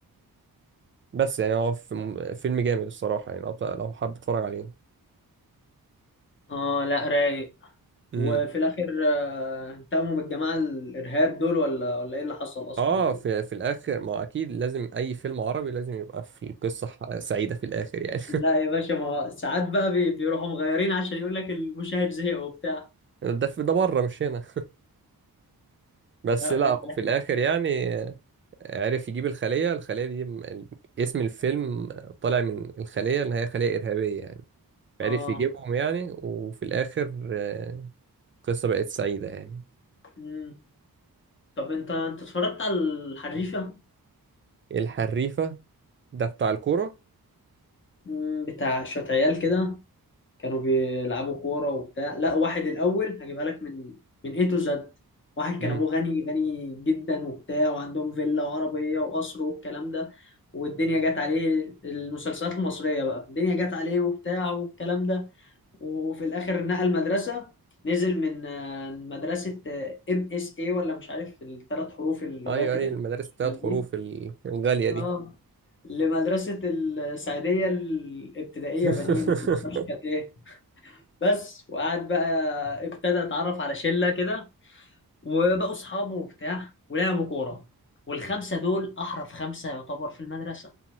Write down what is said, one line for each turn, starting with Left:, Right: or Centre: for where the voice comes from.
Right: بس يعني هو في- فيلم جامد الصراحة يعني لو لو حابب تتفرج عليه
Left: اه لا رايق
Right: مم.
Left: وفي الاخر آه، انتقموا من الجماعه الارهاب دول ولا ولا ايه اللي حصل اصلا
Right: اه في في الاخر ما اكيد لازم اي فيلم عربي لازم يبقى في القصه ح- سعيده في الاخر يعني
Left: لا يا باشا ما هو ساعات بقى بي- بيروحوا مغيرين عشان يقول لك المشاهد زهق وبتاع
Right: <laughs> ده في ده بره مش هنا بس
Left: لا
Right: لا
Left: باين عليك.
Right: في الاخر يعني آه، عرف يجيب الخليه الخليه دي م- ال- اسم الفيلم طالع من الخليه اللي هي خليه ارهابيه يعني
Left: اه
Right: عرف يجيبهم يعني وفي الاخر آه، القصه بقت سعيده يعني
Left: مم. طب انت انت اتفرجت على الحريفه
Right: الحريفه ده بتاع الكوره
Left: مم. بتاع شويه عيال كده كانوا بيلعبوا كوره وبتاع لا واحد الاول هجيبها لك من من اي تو زد واحد كان
Right: امم
Left: ابوه غني غني جدا وبتاع وعندهم فيلا وعربيه وقصر والكلام ده والدنيا جت عليه المسلسلات المصريه بقى الدنيا جت عليه وبتاع والكلام ده وفي الاخر نقل مدرسه نزل من آه، مدرسه ام اس اي ولا مش عارف الثلاث حروف اللغات
Right: ايوه اي
Left: الانترناشونال
Right: ايوه المدارس الثلاث حروف
Left: دي
Right: ال- الغاليه
Left: اه
Right: دي
Left: لمدرسه السعيديه الابتدائيه بنين
Right: <laughs>
Left: ولا ما اعرفش كانت ايه بس وقعد بقى ابتدى اتعرف على شله كده وبقوا اصحابه وبتاع ولعبوا كوره والخمسه دول احرف خمسه يعتبر في المدرسه